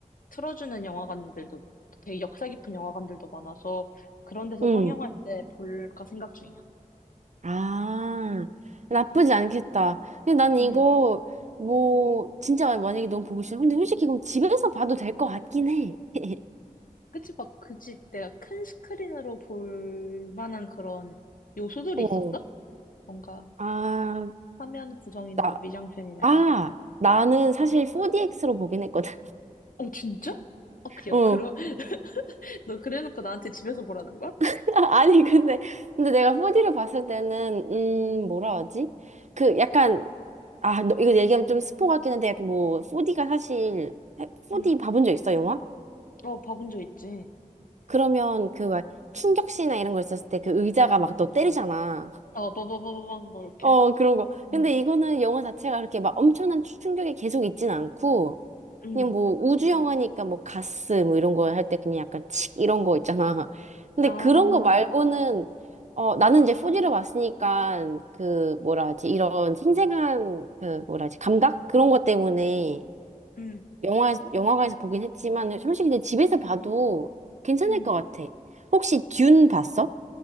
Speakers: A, on the left; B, on the right.
A: 틀어주는 영화관들도 되게 역사 깊은 영화관들도 많아서 그런 데서
B: 응.
A: 상영할 때 볼까 생각 중이야.
B: 아, 나쁘지
A: 음,
B: 않겠다. 근데 난 이거,
A: 음.
B: 뭐, 진짜 만약에 너무 보고 싶어. 근데 솔직히 그럼 집에서 봐도 될 것 같긴 해. <laughs>
A: 그치, 막, 그치. 내가 큰 스크린으로 볼 만한 그런 요소들이
B: 어.
A: 있었어? 뭔가
B: 아,
A: 화면 구성이나
B: 나,
A: 미장센이나
B: 아,
A: 이런 게?
B: 나는 사실 4DX로 보긴 했거든.
A: 어, 진짜? 어, 그냥,
B: <laughs> 어.
A: 그러, <laughs> 너 그래놓고 나한테 집에서 보라는 거야?
B: <laughs> 아니, 근데, 근데 내가 4D를 봤을 때는, 음, 뭐라 하지? 그 약간 아, 너, 이거 얘기하면 좀 스포 같긴 한데, 약간 뭐, 4D가 사실, 4D
A: 응.
B: 봐본 적 있어, 영화?
A: 어, 봐본 적 있지.
B: 그러면 그 막 충격시나 이런 거 있었을 때 그 의자가 막 너 때리잖아.
A: 어, 빠바바바방, 뭐, 이렇게.
B: 어, 그런 거. 근데
A: 응.
B: 이거는 영화 자체가 그렇게 막 엄청난 충격이 계속 있진 않고,
A: 응.
B: 그냥 뭐 우주 영화니까 뭐 가스 뭐 이런 거 할 때 그냥 약간 칙 이런 거 있잖아. 근데
A: 아,
B: 그런 거 말고는, 어, 나는 이제 4D를 봤으니까 그 뭐라 하지, 이런 생생한 그 뭐라 하지, 감각? 그런 것 때문에
A: 응.
B: 영화, 영화관에서 보긴 했지만, 솔직히 내 집에서 봐도 괜찮을
A: 응.
B: 것 같아. 혹시 듄 봤어?